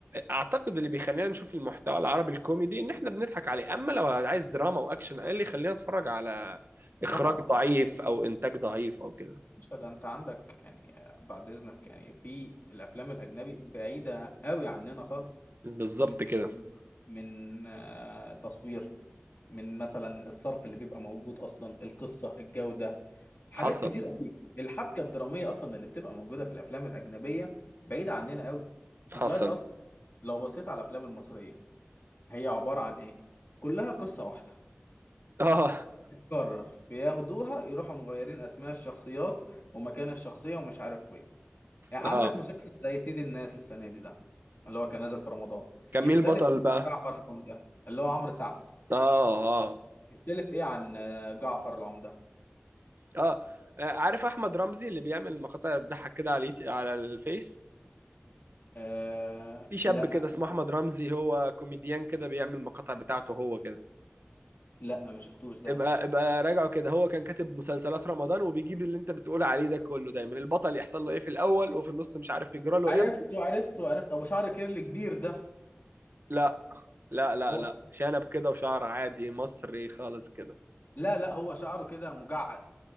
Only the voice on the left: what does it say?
طبعا
مش ده انت عندك يعني آه، بعد اذنك يعني في الافلام الاجنبي بعيده قوي عننا خالص
من
من آه، تصوير من مثلا الصرف اللي بيبقى موجود اصلا القصه الجوده حاجات
كتير قوي الحبكه الدراميه اصلا اللي بتبقى موجوده في الافلام الاجنبيه بعيده عننا قوي انت
دلوقتي اصلا لو بصيت على الافلام المصريه هي عباره عن ايه كلها قصه واحده
بتتكرر بياخدوها يروحوا مغيرين اسماء الشخصيات ومكان الشخصيه ومش عارف وين يعني
عندك مسلسل زي سيد الناس السنة دي ده اللي هو كان نازل في رمضان
يختلف
عن
جعفر العمدة اللي هو عمرو سعد
يختلف ايه عن آه، جعفر العمدة
آه
لا
لا ما شفتوش ده
عرفته
عرفته عرفت ابو شعر كيرلي كبير ده
هو
لا لا هو شعره كده مجعد